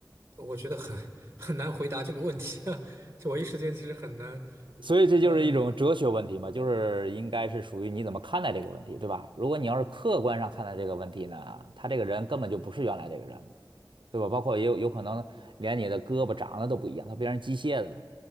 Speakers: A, on the right (about 30°); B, on the right (about 85°).
A: 我觉得很很难回答这个问题啊，<laughs> 就我一时间其实很难，
B: 所以这就是一种哲学问题嘛，
A: 呃，
B: 就是应该是属于你怎么看待这个问题，对吧？如果你要是客观上看待这个问题呢，他这个人根本就不是原来这个人了。对吧？包括也有有可能连你的胳膊长得都不一样，它变成机械的了，